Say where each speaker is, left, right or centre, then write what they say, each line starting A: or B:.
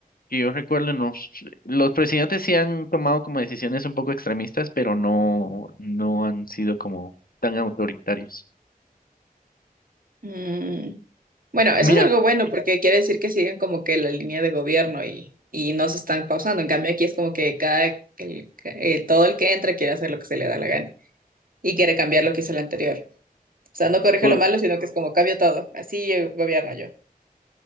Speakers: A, on the left; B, on the right.
A: que yo recuerdo, nos, los presidentes sí han tomado como decisiones un poco extremistas, pero no, no han sido como tan autoritarios.
B: Mm, Bueno, eso
A: Mira,
B: es algo bueno porque quiere decir que siguen como que la línea de gobierno y, y no se están pausando. En cambio, aquí es como que cada, el- eh, todo el que entra quiere hacer lo que se le da la gana y quiere cambiar lo que hizo el anterior. O sea, no corrige
A: pod-
B: lo malo, sino que es como cambio todo. Así eh, gobierno yo.